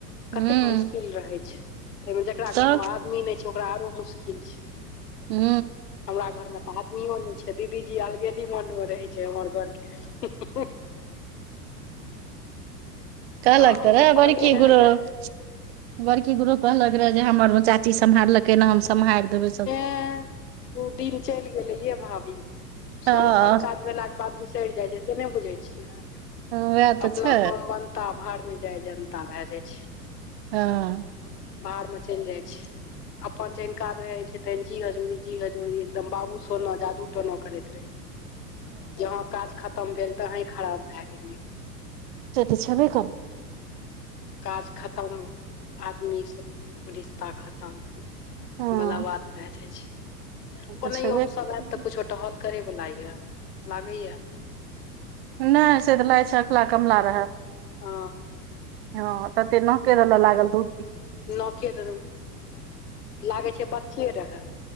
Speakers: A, on the right; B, on the left.
A: हूँ
B: कतेक मुश्किल रहै छै ताहिमे जकरा
A: तब
B: घर मे आदमी नहि छै ओकरा आरो मुश्किल छै
A: हू।
B: हमरा घर मे तऽ आदमियो नहि छै दीदी जी अलगे डिमाणंड मे रहे छै हमर घर के हू हू
A: कहलक
B: अहूँ के ताले रहैया
A: <unintelligible> बड़की गुरु कहलक रहे जे हमर चाची सम्हारलकै नै हम सम्हारि देबे
B: हे ओ दिन चलि गेलै ये भाभी सभ
A: हँ
B: अपन काज भेलाक के बाद बाद बिसरि जाइ छै से नहि बुझै छियै
A: वएह तऽ
B: अपना
A: छै
B: काम बन। नता भार मे जाय जनता भए जाई छै
A: ह
B: बाहर मे चलि जाई छै अपन जहन काज रहे छै तेन जी हजूरी जी हजूरी एकदम बाबू सोना जादू टना करे। जहा काज खतम भेल तही खराब भए गेल यै
A: से तऽ छबे करय
B: काज खतम आदमी से रिश्ता खतम।
A: हँ
B: बला बाद भऽ जाई छै
A: ओ तऽ
B: ओनाहीयो
A: छेबे
B: ओ
A: करै।
B: सभ आयत तऽ कुछो टहल करे वला ये लागे या
A: नहि से तऽ लागै छै अखला कमला रहे
B: ह
A: ह तते नके रेलो लागल दू
B: नके देलहु लागे छै बच्चे रहै